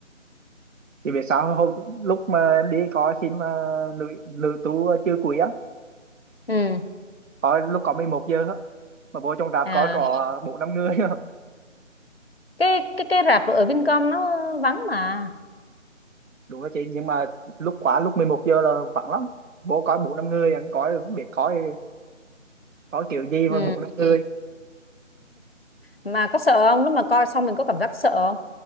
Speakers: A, on the right; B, on the left.
A: chỉ biết sao hồi, lúc mà em đi coi phim ờ, nữ nữ tú chưa cuối á,
B: ừ
A: coi lúc có 11 giờ á, mà vô trong rạp
B: à
A: coi có bốn năm người á.
B: cái cái cái rạp ở Vincom nó vắng mà
A: đúng đó chị nhưng mà lúc quá lúc 11 giờ là vắng lắm vô coi bốn năm người anh coi không biết coi coi kiểu gì mà
B: ừ
A: bốn năm người
B: mà có sợ không lúc mà coi xong mình có cảm giác sợ không